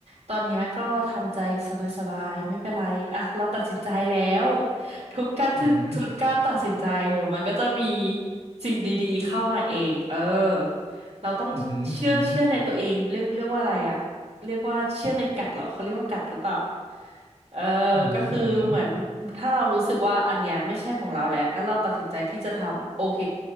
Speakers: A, on the right; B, on the left.
A: ตอนเนี้ยก็ทำใจสบายๆไม่เป็นไรอ่ะเราตัดสินใจแล้วทุกการทุกทุกการตัดสินใจเดี๋ยวมันก็จะมี
B: อือหือ
A: สิ่งดีๆเข้ามาเองเออเราต้องเชื่อเชื่อในตัวเองเรียกเรียกว่าอะไรอ่ะเรียกว่าเชื่อในกัดเหรอเขาเรียกว่ากัดหรือเปล่า
B: อือหืออือหือ
A: เออ
B: อือหืออือหือ
A: ก็คือเหมือนถ้าเรารู้สึกว่าอันเนี้ยไม่ใช่ของเราแล้วแล้วเราตัดสินใจที่จะทำโอเค